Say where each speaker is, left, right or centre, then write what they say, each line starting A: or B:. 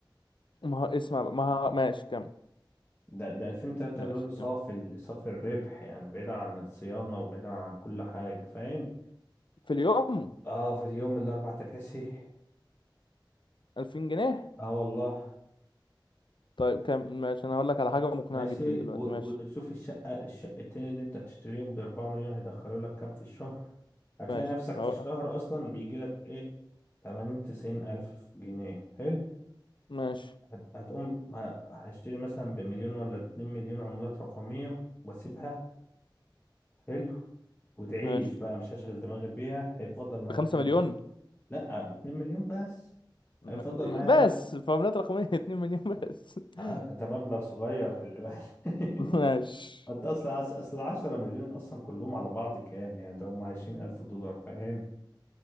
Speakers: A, on the left (about 70°); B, on the left (about 25°).
A: ما هو اسمع بقى، ما هو ماشي كم
B: ده ده 2000 3000
A: ماشي
B: دول صافي
A: كم
B: ال... صافي الربح يعني بعيد عن الصيانة وبعيد عن كل حاجة فاهم
A: في اليوم
B: اه في يوم الاربع تكاسي
A: 2000 جنيه
B: اه والله
A: طيب كم ماشي انا هقول لك على حاجه مقنعه
B: ماشي
A: جدا دلوقتي
B: و-
A: ماشي
B: وشوف الشقة الشقتين اللي انت هتشتريهم بأربعة مليون هيدخلوا لك كام في الشهر هتلاقي
A: ماشي
B: نفسك
A: أهو.
B: في الشهر أصلا بيجي لك إيه تمانين تسعين ألف جنيه حلو
A: ماشي
B: هت- هتقوم ه- هشتري مثلا بمليون ولا اتنين مليون عملات رقمية وأسيبها حلو وتعيش
A: ماشي
B: بقى مش هشغل دماغي بيها هيفضل معايا
A: بخمسة
B: كام؟
A: مليون
B: لأ باتنين مليون بس
A: م-
B: هيفضل معايا
A: بس
B: تلات
A: فورمولات رقميه <laughs> 2 مليون بس <laughs>
B: آه، ده مبلغ صغير خلي بالك <laughs>
A: ماشي
B: انت اصلا اصل 10 مليون اصلا كلهم على بعض كام يعني ده هم 20 الف دولار فاهم